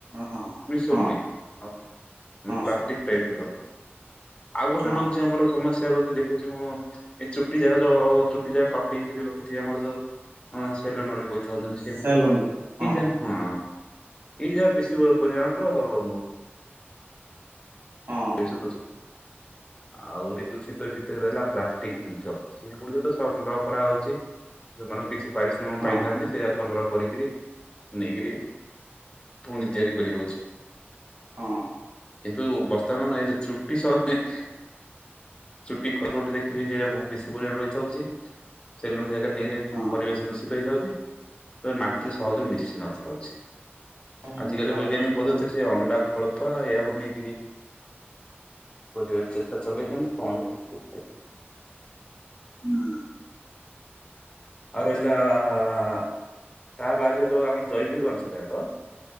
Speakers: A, on the right (about 80°); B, on the left (about 25°).
A: ହଁ
B: ମିଶ
A: ହଁ
B: <inaudible> ହୁଁ
A: ହଁ
B: ପ୍ଲାଷ୍ଟିକ
A: ସାର୍
B: ଟାଇପ ର ଆଉ ଗୋଟେ
A: ହଁ।
B: ରହୁଛି ଆମର ସମସ୍ୟା ରହୁଛି ଦେଖ ଖୁଚୀ ମୁଁ ଏଇ ଚୁଟି ଯାଗ ଯୋଉ ଚୁଟି ଯା କଟେଇକିରି ରଖିଥିବେ ଆମର ଯୋଉ ହଁ ସେଲୋନ ବୋଲି କହିଥାଉଛନ୍ତି ସେ
A: ସେଲୁନ
B: ମ
A: ହଁ
B: ହେଇ ଯା ହୁଁ ଏଇ ଯା ବେଶୀ ପ ପରିମାଣର ତ ଆଉ
A: ହଁ।
B: ଦୂଷିତ ଅଛି ଆହୁରି ଦୂଷିତ ଭିତରେ ରହିଲା ପ୍ଲାଷ୍ଟିକ ଜିନିଷ ସେ ଗୁଡିକ ତ ସଂଗ୍ରହ କରାହଉଛି ଯୋ ମାନଙ୍କୁ କିଛି ପାରିଶ୍ରମ
A: ହଁ
B: ପାଇଥାନ୍ତି ସେଇଆ ସଂଗ୍ରହ କରିକିରି ନେଇକରି ପୁଣି ତିଆରି କରିହେଉଛି।
A: ହଁ।
B: କିନ୍ତୁ ବର୍ତ୍ତମାନ ଏଇ ଯୋଉ ଚୁଟି ସହ ନି ଚୁଟି <unintelligible> ଗୋଟେ ଦେଖିବେ ସେଇରା ବ ବେଶୀ ପରିମାଣରେ ରହିଥାଉଛି। ସେଲୁନି ଜାଗାରେ ନେଇକିରି
A: ହଁ।
B: ପରିବେଶ ଦୂଷିତ ହେଇଥାଉଛି। ତ ମାଟିରେ ସହଜରେ ମିଶ ନଥାଉଛି
A: ସେମିତି
B: ଆଜିକାଲି
A: ଲାଗୁଛି
B: ବୈଜ୍ଞାନିକ ପଦ୍ଧତିରେ
A: ନା
B: ସେ ଅଣ୍ଡା ଖୋଳପା ଏହାକୁ ନେଇକିରି କରିବା ଇଁ ଚେଷ୍ଟା ଚଲେଇଛନ୍ତି କଣ ହଉଚି
A: ହୁଁ।
B: ଆଉ ରହିଲା ତା ବାଦ ଯୋଉ ଆମର ଜୈବିକ ଅଂଶ ଯାକ